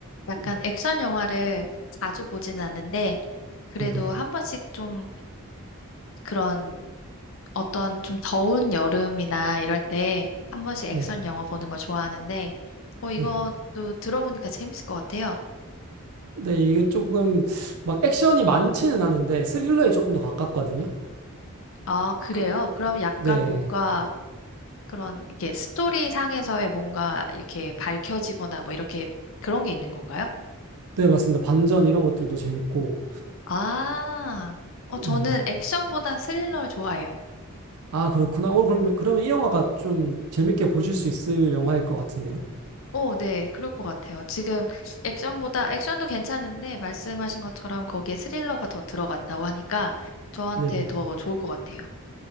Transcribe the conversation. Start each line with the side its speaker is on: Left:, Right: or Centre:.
Left: 약간
Right: 음,
Left: 액션 영화를 자주 보지는 않는데, 그래도
Right: 네네.
Left: 한 번씩 좀 그런 어떤 좀 더운 여름이나 이럴 때 한 번씩
Right: 네.
Left: 액션 영화 보는 거 좋아하는데, 어, 이것도
Right: 네.
Left: 들어보니까 재밌을 것 같아요.
Right: 네, 이게 조금 막 액션이 많지는 않은데 스릴러에 조금 더 가깝거든요.
Left: 아, 그래요?
Right: 그,
Left: 그럼 약간
Right: 네.
Left: 뭔가 그런 이렇게 스토리 상에서의 뭔가 이렇게 밝혀지거나 뭐 이렇게 그런 게 있는 건가요?
Right: 네, 맞습니다. 반전 이런 것들도 재밌고.
Left: 아, 어, 저는
Right: 네.
Left: 액션보다 스릴러를 좋아해요.
Right: 아, 그렇구나. 어, 그럼, 그러면 이 영화가 좀 재밌게 보실 수 있을 영화일 것 같은데요.
Left: 오, 네, 그럴 것 같아요. 지금 액션보다, 액션도 괜찮은데 말씀하신 것처럼 거기에 스릴러가 더 들어갔다고 하니까 저한테
Right: 네네.
Left: 더 좋을 것 같아요.